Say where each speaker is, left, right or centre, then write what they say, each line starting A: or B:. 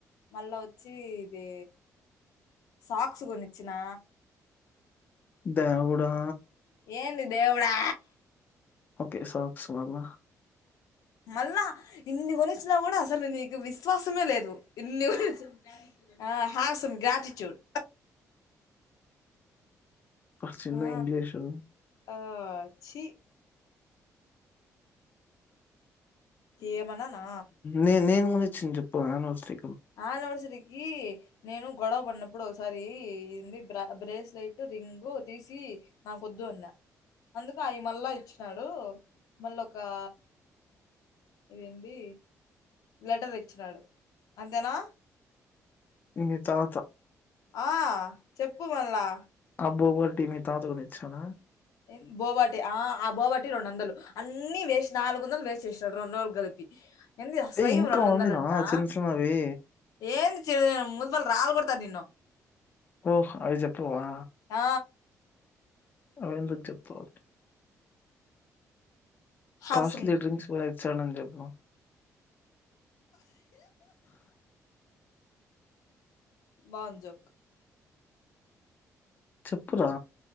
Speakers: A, on the left; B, on the left.
A: మళ్ళా ఒచ్చి ఇది సాక్స్ కొనిచ్చినా
B: దేవుడా
A: ఏంది దేవుడా
B: ఓకే సాక్స్ ఇవాళ
A: మళ్ళా ఇన్ని కొనిచ్చినా కూడా అస్సలు నీకు విశ్వాసమే లేదు ఇన్ని కొని ఆ హాసం గ్రాటిట్యూడ్
B: అబ చిన్న
A: ఆ
B: ఇంగ్లీషు
A: ఆ చీ ఏమననా
B: నే నేను కొనిచ్చింది చెప్పు అనివర్సీ
A: అనివర్సరీ కి నేను గొడవ పడ్నప్పుడు ఒసారి ఇంది బ్ర బ్రేస్లెట్ రింగు తీసి నాకొద్దు అన్న అందుకు అవి మళ్ళా ఇచ్చినాడు మళ్ళొకా ఇదేంది లెటర్ తేచ్చినాడు అంతేనా
B: ఇది తరవాత
A: ఆ చెప్పు మళ్ళా
B: ఆ బోవట్టి మీ తాతకొనిచ్చాడా
A: ఎం బోవాటి ఆ బోవాటి రెండు వందలు అన్ని వేస్ట్ నాలుగు వందలు వేస్ట్ చేస్నాడు రెండు రోజులకు కలిపి ఎంది ఆ స్లైం
B: ఏయ్! ఇంకా
A: రెండువందలంటా
B: ఉందిరా చిన్న చిన్నవి.
A: ఏంది చె ముతిపల్ రాల్ గొడ్తా నిన్ను
B: ఓహొ అవి చెప్పవా
A: ఆ
B: అవెందుకు చెప్తావ్
A: హాసం
B: కాస్ట్లీ డ్రింక్స్ కూడా ఇచ్చాడని జెప్పు
A: బాగుంది జోక్
B: చెప్పురా